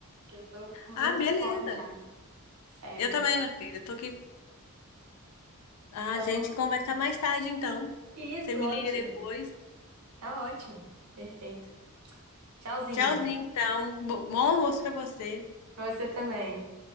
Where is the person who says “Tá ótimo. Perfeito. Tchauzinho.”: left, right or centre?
Right